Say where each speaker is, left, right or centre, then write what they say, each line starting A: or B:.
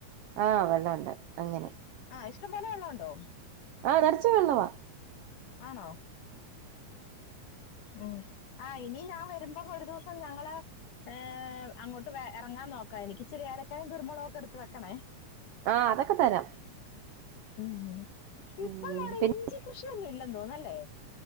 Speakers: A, on the right; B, on the left.
A: ആ വെള്ളം ഉണ്ട് അങ്ങനെ
B: ആഹ് ഇഷ്ടം പോലെ വള്ളം ഉണ്ടോ
A: ആഹ് നർച്ചും വെള്ളവാ
B: ആണോ ഉം ആഹ ഇനി ഞാൻ വരുമ്പോ ഒരു ദിവസം ഞങ്ങള് ഏഹ് അങ്ങോട്ട് ഇറങ്ങാൻ നോക്കാം എനിക്കിച്ചിരി ഏ ല ക്കായും കുരുമുളകും ഒക്കെ എടുത്ത് വെക്കണേ
A: ആഹ് അതൊക്കെ തരാം
B: ഉ
A: ഉം
B: ഇപ്പൊ നമ്മടെ
A: പിന്നെ
B: ഇഞ്ചി കൃഷിയൊന്നും ഇല്ലന്ന് തോന്നുന്നല്ലേ